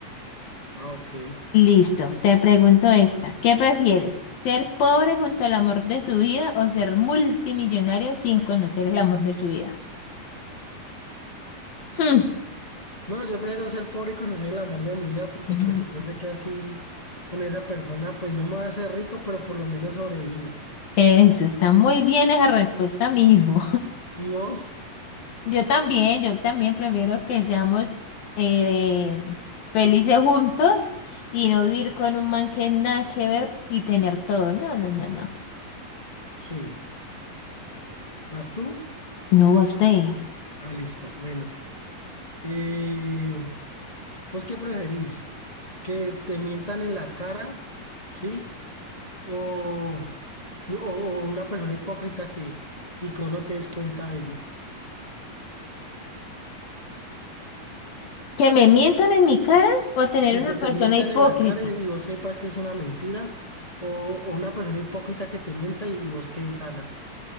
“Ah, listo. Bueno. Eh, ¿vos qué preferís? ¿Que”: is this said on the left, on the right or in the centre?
Left